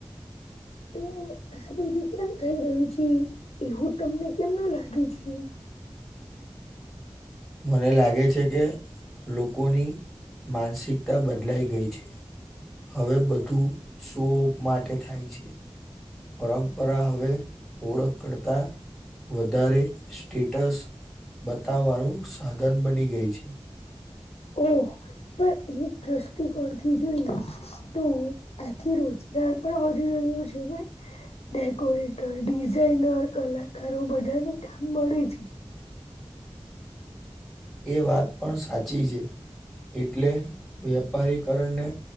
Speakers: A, in the centre; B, on the left.
A: <inaudible>
B: તો આ બધું કેમ થઈ રહ્યું છે, એવું તમને કેમનું લાગે છે.
A: મને લાગે છે, કે લોકોની માનસિકતા બદલાઈ ગઈ છે. હવે બધું શો ઓપ માટે થાય છે. પરંપરા હવે ઓળખ કરતા વધારે સ્ટેટસ બતાવવાનું સાધન બની ગઈ છે.
B: ઓ પણ એ દ્રષ્ટિકણ થી જોઈ તો એથી રોજગાર પણ વધી રહ્યો છે ને. ડેકોરેટર ડિઝઇનર કલાકારો બધાને કામ મળે છે.
A: એ વાત પણ સાચી છે, એટલે વેપારીકરણને